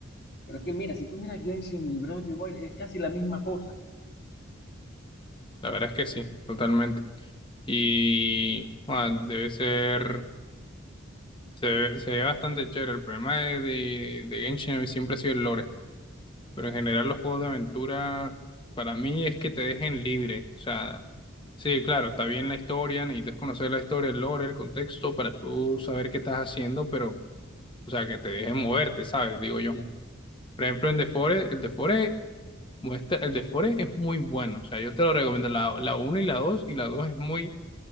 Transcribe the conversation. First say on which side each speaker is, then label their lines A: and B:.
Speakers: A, on the left; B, on the left.
A: Pero es que mira, si tú miras Genshin y Breath of the Wild es casi la misma cosa.
B: la verdad es que sí, totalmente. Y bueno, debe ser, se ve, se ve bastante chévere. El problema de, de, de Genshin siempre ha sido el lore. Pero en general los juegos de aventura para mí es que te dejen libre. O sea, sí, claro, está bien la historia, necesitas conocer la historia, el lore, el contexto para tú saber qué estás haciendo, pero, o sea, que te dejen moverte, ¿sabes? Digo yo.
A: Sí,
B: Por ejemplo, en The Forest, el The Forest muestra, el The Forest es muy bueno. O sea, yo te lo recomiendo. La, la 1 y la 2 y la dos es muy